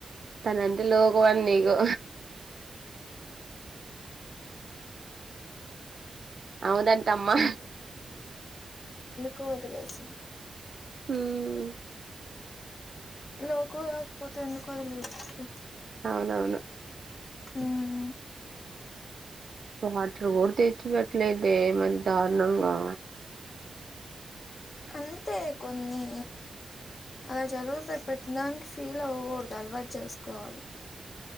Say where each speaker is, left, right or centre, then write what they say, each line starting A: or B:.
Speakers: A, on the right (about 50°); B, on the left (about 60°).
A: తనంటే లోకువ అని నీకు అవునంటమ్మా
B: కోదిలేసింది
A: ఉమ్
B: లోకువ కాకపోతే ఎందుకు వదిలేస్తది
A: అవునవును
B: ఉమ్
A: వాటర్ గూడా తెచ్చి పెట్టలేదే మరి దారుణంగా
B: అంతే కొన్ని అలా జరుగుతాయ్ ప్రతి దానికి ఫీల్ అవ్వగూడదు అలవాటు చేసుకోవాలి.